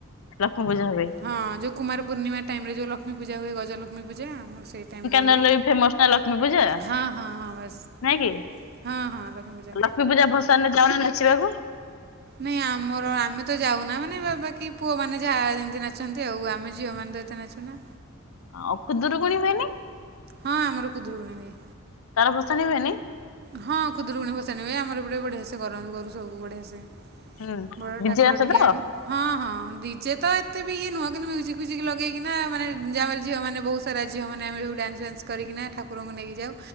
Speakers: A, on the left; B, on the right.
A: ଲକ୍ଷ୍ମୀ ପୂଜା ହୁଏ?
B: ହଁ ଯେଉଁ କୁମାର ପୂର୍ଣ୍ଣିମା ଟାଇମରେ ଯେଉଁ ଲକ୍ଷ୍ମୀ ପୂଜା ହୁଏ ଗଜ ଲକ୍ଷ୍ମୀ ପୂଜା ଆମ ସେଇ ଟାଇମ୍
A: ଫେମସ୍
B: ହୁ
A: ଲକ୍ଷ୍ମୀ ପୂଜା
B: ହଁ ହଁ ହଁ ବସ୍
A: ନାଇଁ କି?
B: ହଁ ହଁ ଲକ୍ଷ୍ମୀପୂଜା।
A: ଲକ୍ଷ୍ମୀ ପୂଜା ଭସାଣି ରେ ଯାଉନ ନାଚିବାକୁ।
B: ନାଇଁ ଆମର ଆମେ ତ ଯାଉନା ମାନେ ବାବାକି ପୁଅ ମାନେ ଯାହା ଯେମିତି ନାଚନ୍ତି ହେଉ ଆମେ ଝିଅମାନେ ତ ଏତେ ନାଚୁ ନା।
A: ଆଉ ଖୁଦରୁ ଗୁଣି ହୁଏନି?
B: ହଁ ଆମର ଖୁଦୁରୁ କୁଣି ହୁଏ।
A: ତାର ଭସାଣି ହୁଏନି?
B: ହଁ ଖୁଦରୁକୁୁଣି ଭସାଣି ହୁଏ ଆମର ଏପଟେ ବଢିଆସେ କରନ୍ତୁ କରୁ ସବୁ ବଢିଆସେ।
A: ହୁଁ
B: ବଡ଼
A: ଡିଜେ
B: ଠାକୁର
A: ଆସେ
B: ଟିକେ
A: ତ
B: ଆଣୁ ହଁ ହଁ ଡିଜେ ତ ଏତେ ବି ଇଏ ନୁହଁ କିନ୍ତୁ ମ୍ୟୁଜିକ ଫୁଜିକ ଲଗେଇକିନା ମାନେ ଝିଅ ମାନ ବହୁ ସାରା ଝିଅମାନେ ଆମେ ସବୁ ଡାନ୍ସ ୱାନ୍ସ କରିକିନା ଠାକୁରଙ୍କୁ ନେଇକ ଯାଉ